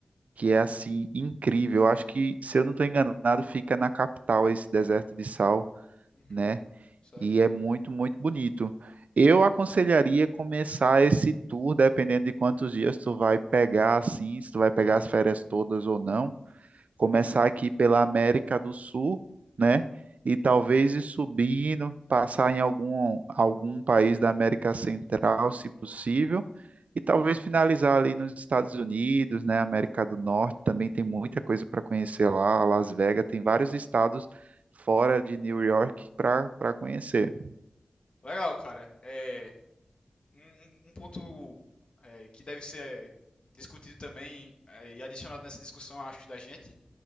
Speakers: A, on the right (about 80°); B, on the left (about 45°).
A: que é assim incrível. Eu acho que, se eu não estou enganado, fica na capital esse deserto de sal,
B: Uhum,
A: né?
B: certo.
A: E é muito, muito bonito. Eu aconselharia começar esse tour, dependendo de quantos dias tu vai pegar, assim, se tu vai pegar as férias todas ou não. Começar aqui pela América do Sul, né? E talvez ir subindo, passar em algum, algum país da América Central, se possível e talvez finalizar ali nos Estados Unidos, né? América do Norte também tem muita coisa para conhecer lá. Las Vegas tem vários estados fora de New York para para conhecer,
B: Legal, cara. É, um, um um ponto é, que deve ser é, discutido também é, e adicionado nessa discussão, acho, da gente,